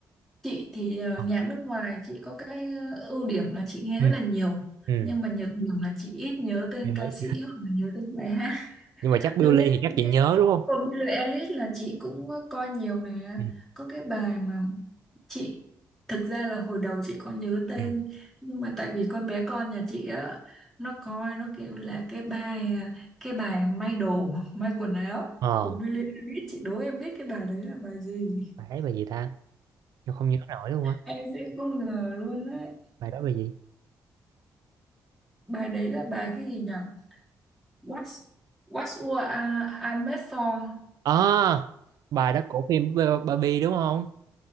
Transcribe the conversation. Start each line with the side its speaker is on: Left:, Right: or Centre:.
Centre: Chị thì ờ,
Right: Ờ.
Centre: nhạc nước ngoài chị có cái ờ, ưu điểm là chị nghe
Right: ừ,
Centre: rất là nhiều
Right: ừ.
Centre: Nhưng mà nhược điểm là chị ít nhớ tên
Right: Nghe nói-
Centre: ca sĩ hoặc là nhớ tên bài hát
Right: nhưng mà chắc Billie
Centre: giống như
Right: thì chắc chị nhớ đúng không
Centre: của Billie Eilish là chị cũng coi nhiều nè
Right: ừ,
Centre: có cái bài mà chị thực ra là hồi đầu chị có nhớ tên
Right: ừ.
Centre: nhưng mà tại vì con bé con nhà chị á nó coi nó kêu là cái bài cái bài may đồ may quần áo
Right: ờ
Centre: của Billie Eilish chị đố em biết cái bài đấy là bài gì
Right: bài ấy bài gì ta tôi không nhớ nổi luôn á
Centre: em sẽ không ngờ luôn đấy
Right: bài đó bài gì
Centre: bài đấy là bài cái gì nhỉ What's What's What I, I Made For
Right: à bài đó của phim Barbie đúng không